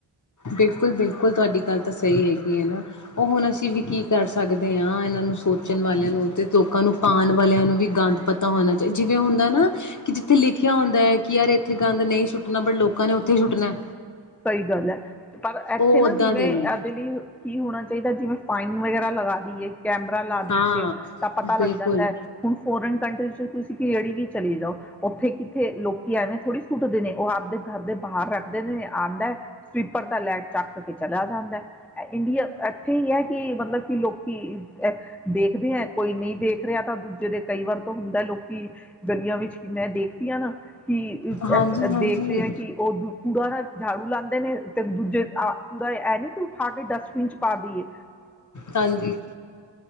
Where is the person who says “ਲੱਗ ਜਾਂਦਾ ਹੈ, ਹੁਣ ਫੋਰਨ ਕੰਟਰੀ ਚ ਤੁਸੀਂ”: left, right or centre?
Centre